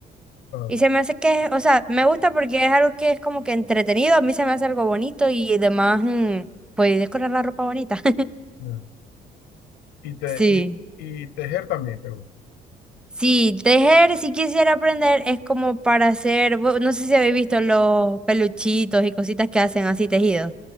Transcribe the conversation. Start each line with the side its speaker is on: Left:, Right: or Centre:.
Left: Ah,
Centre: Y se me hace que, es- o sea, me gusta porque es algo que es como que entretenido, a mí se me hace algo bonito y además, mm, pues decorar la ropa bonita. <laughs>
Left: ya. Y, te,
Centre: Sí.
Left: y, y tejer también te gusta.
Centre: Sí, tejer, si quisiera aprender, es como para hacer, bu- no sé si habéis visto los peluchitos y cositas que hacen así tejidos,